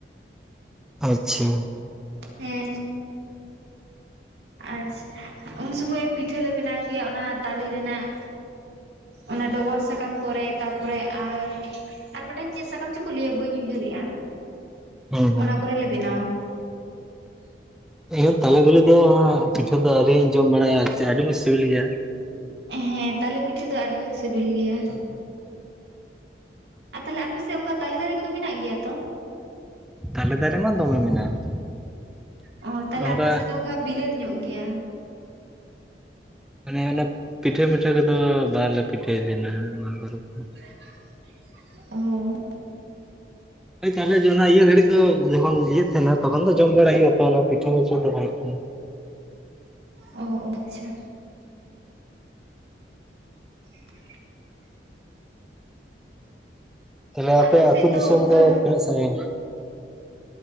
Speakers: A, in the centre; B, on the right.
A: ᱟᱪᱪᱷᱟ᱾
B: ᱦᱮᱸ᱾ ᱟᱪᱷ, ᱩᱱ ᱥᱩᱢᱟᱹᱭ ᱯᱤᱴᱷᱟᱹ ᱞᱮ ᱵᱮᱱᱟᱣ ᱜᱮᱭᱟ ᱚᱱᱟ ᱛᱟᱞᱮ ᱨᱮᱱᱟᱜ᱾ ᱚᱱᱟ ᱰᱚᱜᱚᱨ ᱥᱟᱠᱟᱢ ᱠᱚᱨᱮ ᱛᱟᱯᱚᱨᱮ ᱟᱨ ᱟᱨ ᱢᱤᱫ ᱴᱟᱝ ᱪᱮᱫ ᱥᱟᱠᱟᱢ ᱪᱚᱠᱚ ᱞᱟᱹᱭᱟ ᱵᱟᱹᱧ ᱩᱭᱦᱟᱹᱨᱮᱜᱼᱟ
A: ᱦᱩᱸ ᱦᱩᱸ
B: ᱚᱱᱟ ᱠᱚᱨᱮᱞᱮ ᱵᱮᱱᱟᱣᱼᱟ᱾ ᱻ <inaudible>
A: ᱤᱧ ᱛᱟᱞᱮ ᱵᱤᱞᱤ ᱫᱚ ᱯᱤᱴᱷᱟᱹ ᱫᱚ ᱟᱣᱨᱤᱧ ᱡᱚᱢ ᱵᱟᱲᱟᱭᱟ ᱟᱹᱰᱤ ᱢᱚᱸᱡᱽ ᱥᱤᱵᱤᱞ ᱜᱮᱭᱟ
B: ᱦᱮᱸ ᱛᱟᱞᱮ ᱯᱤᱴᱷᱟᱹ ᱫᱚ ᱟᱹᱰᱤ ᱡᱳᱨ ᱥᱤᱵᱤᱞ ᱜᱮᱭᱟ ᱟᱨ ᱛᱟᱦᱚᱞᱮ ᱟᱯᱮ ᱥᱮᱫ ᱚᱱᱠᱟ ᱛᱟᱞᱮ ᱫᱟᱨᱮ ᱠᱚᱫᱚ ᱢᱮᱱᱟᱜ ᱜᱮᱭᱟ ᱛᱚ
A: ᱛᱟᱞᱮ ᱫᱟᱨᱮ ᱢᱟ ᱫᱚᱢᱮ ᱢᱮᱱᱟᱜᱼᱟ
B: ᱚ ᱛᱟᱦᱚᱞᱮ
A: ᱚᱝᱠᱟ
B: ᱟᱯᱮ ᱥᱮᱫ ᱫᱚ ᱚᱱᱠᱟ ᱵᱤᱞᱟᱹᱛ ᱧᱚᱜ ᱜᱮᱭᱟ
A: ᱢᱟᱱᱮ ᱚᱱᱮ ᱯᱤᱴᱷᱟᱹ ᱯᱤᱴᱷᱟᱹ ᱠᱚᱫᱚ ᱵᱟᱞᱮ ᱯᱤᱴᱷᱟᱹᱭ ᱛᱟᱦᱮᱱᱟ ᱢᱟ ᱵᱟᱨ ᱨᱚᱠᱟᱢᱟᱜ
B: <unintelligible> ᱚ
A: <unintelligible> <unintelligible> <unintelligible>
B: ᱚ ᱟᱪᱪᱷᱟ <inaudible>
A: ᱛᱟᱦᱚᱞᱮ
B: ᱟᱞᱮ
A: ᱟᱯᱮ
B: ᱥᱮᱫ
A: ᱟᱹᱛᱩ ᱫᱤᱥᱚᱢ
B: ᱚᱱᱠᱟ
A: ᱫᱚ ᱛᱤᱱᱟᱹᱜ ᱥᱟᱺᱜᱤᱧ?